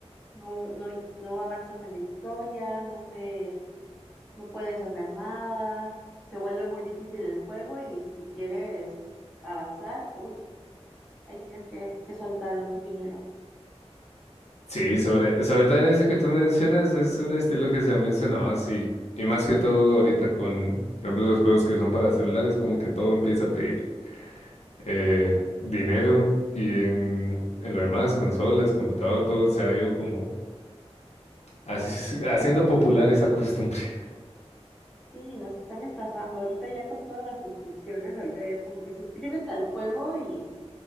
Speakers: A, in the centre; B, on the left.
A: no, no, no avanzas en la historia, no te, no puedes hacer nada, se vuelve muy difícil el juego y si quieres avanzar, uy, ahí tienes que, que soltar dinero.
B: Sí, sobre, sobre todo en ese que tú mencionas, es un estilo que se ha mencionado así. Y más que todo ahorita con, por ejemplo, los juegos que son para celulares, como que todo empieza a pedir eh, dinero y en, en lo demás, consolas, computador, todo se ha ido como así- haciendo popular esa costumbre. <laughs>
A: Sí, nos están estafando. Ahorita ya con todas las suscripciones, ahorita ya es como que suscríbete al juego y